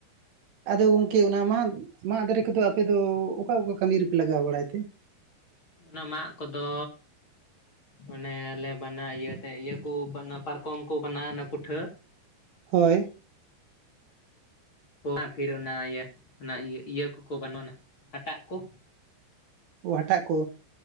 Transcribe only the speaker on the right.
ᱟᱫᱚ ᱜᱚᱢᱠᱮ ᱚᱱᱟ ᱢᱟᱫᱽ ᱢᱟᱜᱽ ᱫᱟᱨᱮ ᱠᱚᱫᱚ ᱟᱯᱮ ᱫᱚ ᱚᱠᱟ ᱚᱠᱟ ᱠᱟᱹᱢᱤ ᱨᱮᱯᱮ ᱞᱟᱜᱟᱣ ᱵᱟᱲᱟᱭ ᱛᱮ?
ᱦᱳᱭ
ᱚ ᱦᱟᱴᱟᱜ ᱠᱚ,